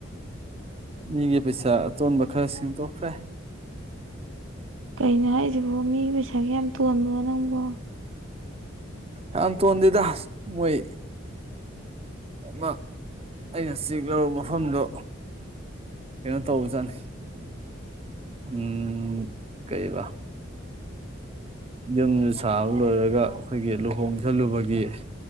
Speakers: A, on the right; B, on the right.
A: ꯃꯤꯒꯤ ꯄꯩꯁꯥ ꯑꯇꯣꯟꯕ ꯈꯔ ꯁꯤꯡꯗꯣꯛꯈ꯭ꯔꯦ
B: ꯀꯩꯅꯣ ꯍꯥꯏꯁꯤꯕꯣ ꯃꯤꯒꯤ ꯄꯩꯁꯥꯒ ꯌꯥꯝ ꯇꯣꯟꯕ꯭ꯔꯣ ꯅꯪꯕꯣ
A: ꯌꯥꯝ ꯇꯣꯟꯗꯦꯗ ꯃꯣꯏ ꯑꯃ ꯑꯩꯅ ꯆꯦꯛꯂꯧꯔꯨꯕ ꯃꯐꯝꯗꯣ ꯀꯩꯅꯣ ꯇꯧꯕꯖꯥꯠꯅꯤ ꯎꯝ ꯀꯩꯕꯥ ꯌꯨꯝꯁꯨ ꯁꯥꯕ ꯂꯣꯏꯔꯒ ꯑꯩꯈꯣꯏꯒꯤ ꯂꯨꯍꯣꯡꯁꯜꯂꯨꯕꯒꯤ